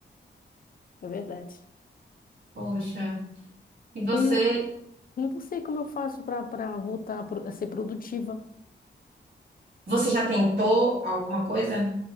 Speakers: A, on the left; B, on the right.
A: É verdade.
B: poxa. E você,
A: E aí eu não sei como eu faço para para voltar a pro- a ser produtiva.
B: você já tentou alguma coisa?